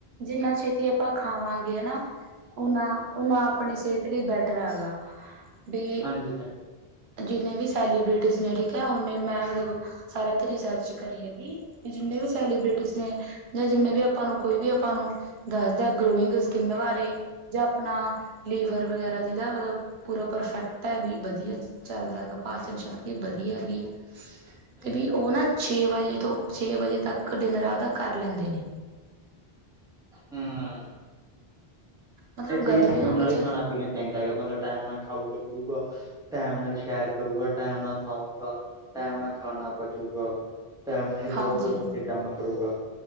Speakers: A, on the right; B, in the centre.
A: ਜਿੰਨਾ ਛੇਤੀ ਆਪਾਂ ਖਾਵਾਂਗੇ ਹੈ ਨਾ ਉਹਨਾਂ ਉਹਨਾ ਆਪਣੀ ਸਿਹਤ ਲਈ ਬੈਟਰ ਹੈਗਾ ਵੀ
B: ਹਾਂਜੀ ਹਾਂਜੀ
A: ਜਿੰਨੇ ਵੀ ਸੈਲੀਬ੍ਰਿਟੀਜ਼ ਨੇ ਠੀਕ ਹੈ ਉਹਨੇ ਮੈਂ ਮਤਲਬ ਸਾਰਿਆਂ ਤੇ ਰਿਸਰਚ ਕਰੀਏ ਵੀ ਜਿੰਨੇ ਵੀ ਸੈਲੀਬ੍ਰਿਟੀਜ ਨੇ ਜਾਂ ਜਿੰਨੇ ਵੀ ਆਪਾਂ ਨੂੰ ਕੋਈ ਵੀ ਆਪਾਂ ਨੂੰ ਦੱਸਦਾ ਗਲੋਇੰਗ ਸਕਿੰਨ ਬਾਰੇ ਜਾਂ ਆਪਣਾ ਲੀਵਰ ਵਗੈਰਾ ਜਿਹਦਾ ਮਤਲਬ ਪੂਰਾ ਪਰਫੈਕਟ ਹੈ ਵੀ ਵਧੀਆ ਚੱਲਦਾ ਹੈਗਾ ਪਾਚਨ ਸ਼ਕਤੀ ਵਧੀਆ ਗ
B: ਸਹੀ
A: ਤੇ ਵੀ
B: ਗੱਲ।
A: ਉਹ ਨਾ ਛੇ ਵਜੇ ਤੋਂ ਛੇ ਵਜੇ ਤੱਕ ਡਿਨਰ ਆਪਦਾ ਕਰ ਲੈਂਦੇ ਨੇ
B: ਹਮ
A: ਮਤਲਬ
B: ਇਥਹੀ
A: ਗਰਮੀ
B: ਹੈ ਟਾਈਮ
A: ਹੋਵੇ
B: ਨਾਲ ਹੀ
A: ਚ
B: ਖਾਣਾ ਪੀਣਾ ਚਾਹੀਦਾ ਹੈਗਾ ਬੰਦਾ ਟਾਈਮ ਨਾਲ ਖਾਊਗਾ ਪੀਊਗਾ ਟਾਈਮ ਨਾਲ ਸ਼ੇਰ ਕਰੂਗਾ ਟਾਈਮ ਨਾਲ ਸਊਗਾ ਟਮ ਨਾਲ ਖਾਣਾ ਪਚੁਗਾ ਟਾਈਮ ਨਹੀਂ ਸ
A: ਹਾਂਜੀ
B: ਕੋਈ ਉੱਠ ਕੇ ਕੰਮ ਕਰੂਗਾ